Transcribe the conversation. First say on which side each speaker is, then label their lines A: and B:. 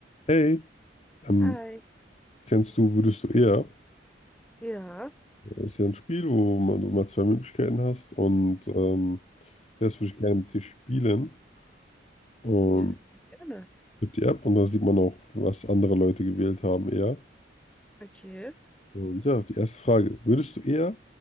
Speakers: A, on the left; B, in the centre.
A: Hey, ähm,
B: Hi.
A: kennst du, würdest du eher?
B: Ja,
A: Das ist ja ein Spiel, wo man, du mal zwei Möglichkeiten hast und ähm, ja, das würde ich gerne mit dir spielen. Und
B: ja, sehr gerne.
A: tippt die App und dann sieht man auch, was andere Leute gewählt haben eher.
B: Okay.
A: Und ja, die erste Frage, würdest du eher